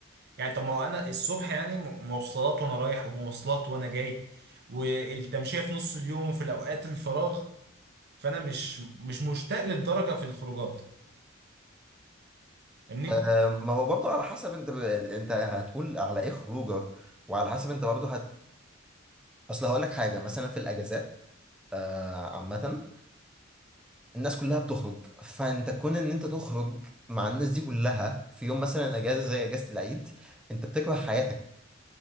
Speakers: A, on the right; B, in the centre.
A: يعني طب ما هو انا الصبح يعني م- مواصلات وانا رايح ومواصلات وانا جاي والتمشية في نص اليوم وفي الاوقات الفراغ فانا مش مش مشتاق للدرجة في الخروجات فاهمني
B: آه، ما هو برضه على حسب انت ب... انت هتقول على ايه خروجه وعلى حسب انت برضه هت... اصل هقول لك حاجة مثلا في الاجازات آه، عامة الناس كلها بتخرج فانت كون ان انت تخرج مع الناس دي كلها في يوم مثلا اجازه زي اجازه العيد انت بتكره حياتك